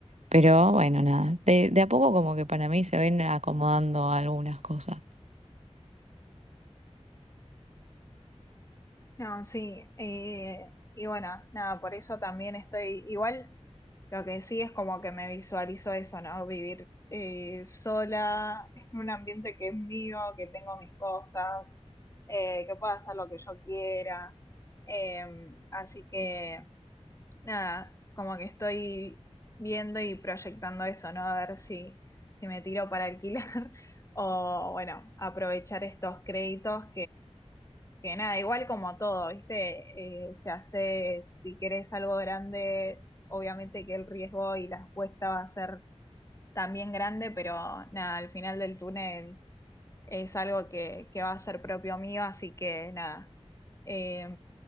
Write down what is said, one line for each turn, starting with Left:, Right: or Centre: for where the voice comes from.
Right: pero bueno, nada, de, de a poco como que para mí se ven acomodando algunas cosas.
Left: No, sí, eh, y bueno, nada, por eso también estoy, igual lo que sí es como que me visualizo eso, ¿no? Vivir eh, sola en un ambiente que es mío, que tengo mis cosas, eh, que puedo hacer lo que yo quiera. eh, así que nada, como que estoy viendo y proyectando eso, ¿no? A ver si, si me tiro para alquilar <laughs> o bueno, aprovechar estos créditos que nada, igual como todo, ¿viste? Eh, se hace, si querés algo grande, obviamente que el riesgo y la apuesta va a ser también grande, pero nada, al final del túnel es algo que, que va a ser propio mío, así que nada, eh,